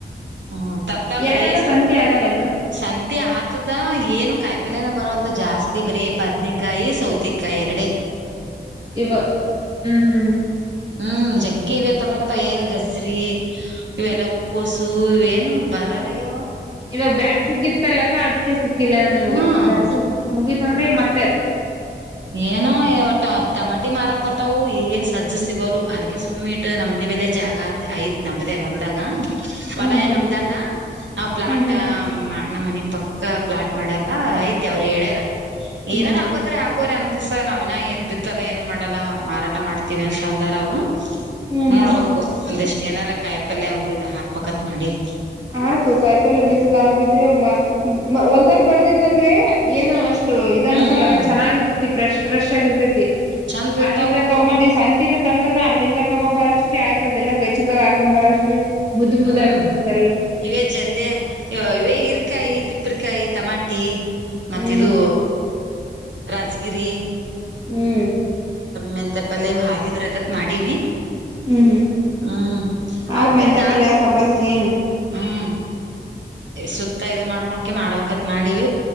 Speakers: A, on the right (about 85°); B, on the right (about 20°).
A: ಹ್ಮ ತರ್ತಾರ
B: ಯಾಕಕ್ಕ
A: ಬರೀ ಸೋಪ್
B: ಸಂತಿ ಆಗಲ್ಲೇನು
A: ಸಂತೆ ಆತದ ಏನು ಕಾಯಿಪಲ್ಯ ನೇ....... ಬರಲ್ದು ಜಾಸ್ತಿ ಬರಿ ಬದನೆಕಾಯಿ ಸೌತಿಕಾಯಿ. ಕಾಯಿ ಎರಡೇ
B: ಇವ ಹ್ಮ್ ಹ್ಮ್
A: ಹ್ಮ್ ಜಗ್ಗಿ ಇವೆ ತರಕತ್ತ ಏನ್ ಗಜ್. ಗಜ್ರಿ ಇವೆಲ್ಲ ಹೂ ಕೋಸ್. ತೂ ಇವೆನ್ ಏನು ಬರಲ್ಲ ಆಗ್ಯಾವ.
B: ಇವಾಗ ಬ್ಯಾಸಗಿತ್ತಲಕ್ಕ ಅದಕ್ಕೆ ಸಿಕಿ. ಸಿಕ್ಕಿಲ್ಲ ಎನ್ ನಿಮ್ಗ
A: ಹ್ಮ್
B: ಬ್ಯಾಸಗಿ ಮುಗೀತನೆ ಈಗ ಮತ್ತೆ.
A: ಏನು ಒಟ್ಟ ತಮಾಟಿ ಮಾರಕ್ ಬರ್ತವು ಏನ್ ಸಜ್ಜು ಸಿಗೆ ಒಲ್ಲದ್ ಅದಕ ಸುಮ್ಮ್ ಇಟೇ ನಮ್ಮ ಮನಿ ಬಲ್ಲಿ ಜಾಗ ಆಯತ್ ನಮ್ದೇ ಹೊಲದಾಗ ಹೊಲ
B: ಹ್ಮ್
A: ಏನ್
B: ಹ್ಮ್
A: ನಮ್ದಲ್ಲ ನಾವ್ ಪ್ಲಾಟ್
B: ಹ್ಮ್ ಹ್ಮ್
A: ನಮ್ಮ್ ಮನಿ.... ಪಕ್ಕಕ್ಕ ಪ್ಲಾಟ್ ಮಾಡ್ಯಾರ ಐತಿ ಅವ್ರರು ಹೇಳ್ಯಾರ.
B: ಹ್ಮ್
A: ಏನಾರ ಹಾಕೊತ್ರೆ ಹಾಕ ಕೋರಿ ಅನ್ಕಸ ನಾವ್ ಇನ್ನ ಏನ್ ಬಿತ್ತಲ್ಲ ಏನು ಮಾಡಲ್ಲ ಮಾರಾಟ ಮಾಡ್ತೀವಿ ಅಂತ ಅಂದಾರ ಅವ್ರು.
B: ಹ್ಮ್ ಹ್ಮ್
A: ನೋಡ್ಬೇಕು ಅಂದಷ್ಟ. ಎನರ ಕಾಯಿ ಪಲ್ಯ <unintelligible> ಹಾಕ್ಬೇಕತ್ ಮಾಡಿನಿ.
B: ಹಾತು ಕಾಯಿ ಪಲ್ ಬೀಜಲ್ಲ ಹಾಕಿದ್ರೆ ಹೊಲ್ದಾಗ ಬೆಳೆದಿದ್ದಂದ್ರೆ ಏನ ಅಷ್ಟ. ಇದ
A: ಹ್ಮ್
B: ಅನ್ಸಲ್ಲಕ್ಕ ಚನ್ನಾಗಿ ಇರ್ತೈತಿ ಪ್ರ್ರೆಶ್. ಫ್ರೆಶ್ ಆಗಿರ್ತೈತ.
A: ಚಂದ ಇರ್ತಾವು
B: ಅಲ್ಲಿಂದ ತಗೊಂದಿ ಸಂತಿನ ತಂದ್ರನ. ಅಲ್ಲಿಂದ ತಗೊ್ ಬರಷ್ಟ್ರ ಆಯ್ತದದೆಲ್ಲ ಕೈಚಲ್ದಾಗ ಹಾಕೊ್ ಬರೋಷ್ಟ್ರಿಗೆ. ಮುದ್ ಮುದ
A: ಹ್ಮ್
B: ಆಗ್ಬಿಟತೈತ್.
A: ಇವೇ ಜಲ್ದಿಯ ಇವೇ ಈರ್ಕಾಯಿ ತಿಪ್ಪ್ರಕಾಯಿ ತಮ್ಮ. ಮಾಟಿ ಮತ್ತ
B: ಹ್ಮ್
A: ಇದು ರಾಜಗಿರಿ.
B: ಹ್ಮ್
A: ಮೆಂತೆಪಲ್ಲ ಇವ ಹಾಗಿದ್ರ ಐತತ್ ಮಾಡಿವಿ.
B: ಹ್ಮ್ ಹ್ಮ್
A: ಹ್ಮ್
B: ಆಗ
A: ಅವಕೇನಾರ್
B: ಮೆಂತೆಪಲೆ. ಸಬಸ್ಗಿ.
A: ಹ್ಮ್ ಸುತ್ತ ಇ ಮಾಡ್ಕೊಂಡಕೆ ಮಾಡ್ಬತ್ ಮಾಡೀಿವ